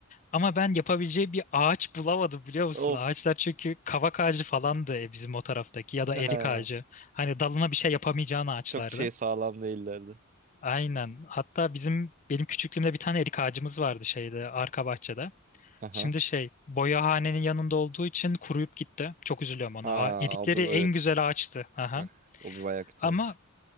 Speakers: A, on the left; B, on the right.
A: Ama ben yapabileceği bir ağaç bulamadım biliyor musun?
B: Of.
A: Ağaçlar çünkü kavak ağacı falandı e, bizim o taraftaki ya da
B: Ha.
A: erik ağacı. Hani dalına bir şey yapamayacağın ağaçlardı.
B: Çok şey sağlam değillerdi.
A: Aynen. Hatta bizim benim küçüklüğümde bir tane erik ağacımız vardı şeyde arka bahçede.
B: Aha.
A: Şimdi şey boyahanenin yanında olduğu için kuruyup gitti. Çok üzülüyorum ona.
B: Ha,
A: A- Erikleri
B: o bu
A: en
B: evet.
A: güzel ağaçtı. Aha.
B: Bak o bir bayağı kötü
A: Ama
B: olmuş.